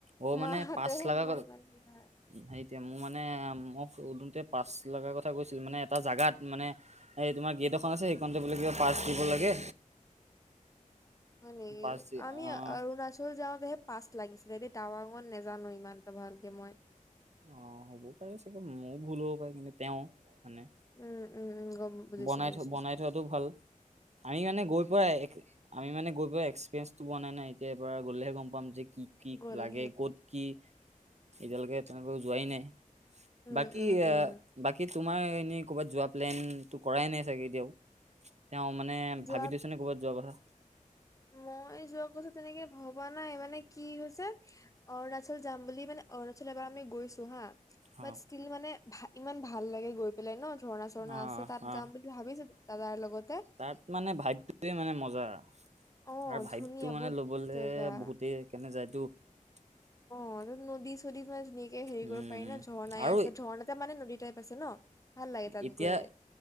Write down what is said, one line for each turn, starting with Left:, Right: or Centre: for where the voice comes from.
Right: অ',
Left: মাহঁতেহে
Right: মানে পাছ লগা
Left: মই ইমান হেৰি নহয়
Right: সেই এতিয়া মোৰ মানে, মই সোধোঁতে পাছ লগা কথা কৈছিল, মানে এটা জেগাত, মানে এ তোমাৰ <inaudible> দিব লাগে।
Left: হয় নেকি,
Right: পাছ দি অ',
Left: আমি অৰুণাচল যাওঁতেহে পাছ লাগিছিলে দেই, টাৱাঙত নেজানো ইমান। মই।
Right: অ', হ'বও পাৰে, চাগে মোৰ ভুল হ'ব পাৰে, কিন্তু তেওঁ। মানে
Left: উম-, উম-, উম, গম বুজিছোঁ,
Right: বনাই
Left: বুজিছোঁ।
Right: থ বনাই থোৱাটো ভাল আমি মানে গৈ পোৱা, আমি মানে গৈ পোৱা এক্সপিৰিয়েঞ্চ টো পোৱা নাই না। এতিয়া পৰা গ'লেহে গম পাম যে কি কি
Left: গ'ল
Right: লাগে,
Left: সেইটোৱে
Right: ক'ত কি, এতিয়ালৈকে। তেনেকৈ যোৱাই নাই,
Left: উম
Right: বাকী
Left: উম
Right: এ
Left: উম
Right: বাকী তোমাৰ এনেই কোৱাত যোৱা প্লেনটো কৰাই নাই চাগে এতিয়াও। তেওঁ মানে
Left: যোৱা
Right: ভাবি থৈছেনে ক'ৰবাত যোৱাৰ কথা?
Left: মই যোৱা কথা তেনেকে ভবা নাই। মানে, কি হৈছে, অৰুণাচল যাম বুলি মানে। অৰুণাচল এবাৰ আমি গৈছোঁ, হা।
Right: অ
Left: বাট ষ্টীল মানে, ভা, ইমান ভাল লাগে গৈ পেলাই। ন, ঝৰ্ণা-ঝৰ্ণা
Right: অ
Left: আছে, তাত
Right: অ
Left: যাম বুলি ভাবিছিলোঁ। দাদাৰ লগত।
Right: তাত মানে, ভাইবটোৱে মানে মজা।
Left: অ
Right: তাৰ ভাইবটো,
Left: ধুনীয়া
Right: মানে,
Left: বহুত
Right: ল'বলৈ
Left: জেগা
Right: বহুতেই কেনে যায়তো। <inaudible>
Left: অ' নদী-চদী মানে ধুনীয়াকৈ হেৰি
Right: উম
Left: কৰিব পাৰি
Right: উম
Left: ন? ঝৰ্ণাই
Right: আৰু
Left: আছে, ঝৰ্ণা এটা মানে নদী টাইপ আছে ন? ভাল লাগে তাত
Right: এতিয়া
Left: গৈয়ে